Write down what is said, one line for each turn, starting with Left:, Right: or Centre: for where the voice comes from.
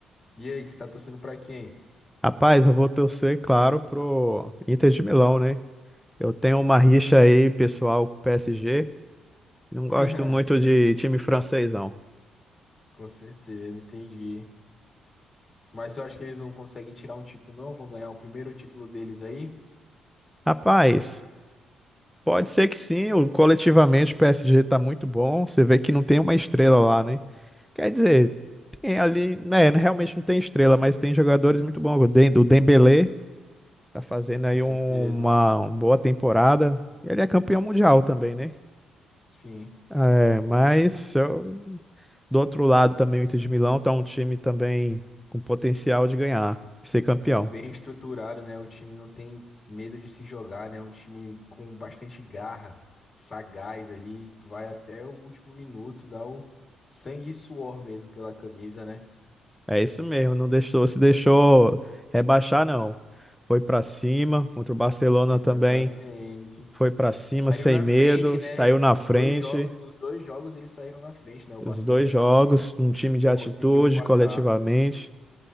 Left: E aí, você tá torcendo pra quem?
Centre: Rapaz, eu vou torcer, claro, pro Inter de Milão, né? Eu tenho uma rixa aí, pessoal, com o PSG. Não gosto
Left: <laughs>
Centre: muito de time francês, não.
Left: Com certeza, entendi. Mas eu acho que eles não conseguem tirar um título, não. Vão ganhar o primeiro título deles aí.
Centre: Rapaz, pode ser que sim, o- coletivamente o PSG tá muito bom. Você vê que não tem uma estrela lá, né? Quer dizer, tem ali, né, realmente não tem estrela, mas tem jogadores muito bons. O Dem- o Dembélé Tá fazendo aí
Left: Com certeza.
Centre: um- uma, uma boa temporada. Ele é campeão mundial também, né?
Left: Sim.
Centre: É, mas eu- do outro lado também o Inter de Milão tá um time também com potencial de ganhar, de ser campeão.
Left: Bem estruturado, né? O time não tem medo de se jogar, né? Um time com bastante garra, sagaz ali, vai até o último minuto, dá o sangue e suor mesmo pela camisa, né?
Centre: É isso mesmo, não deixou, se deixou rebaixar, não. Foi pra cima, contra o Barcelona
Left: Exatamente.
Centre: também foi pra cima
Left: Saiu
Centre: sem
Left: na
Centre: medo,
Left: frente, né?
Centre: saiu na
Left: Nos
Centre: frente,
Left: dois jogos, nos dois jogos eles saíram na frente, né? O
Centre: os
Left: Barcelona
Centre: dois jogos,
Left: que
Centre: um time de atitude
Left: conseguiu empatar.
Centre: coletivamente.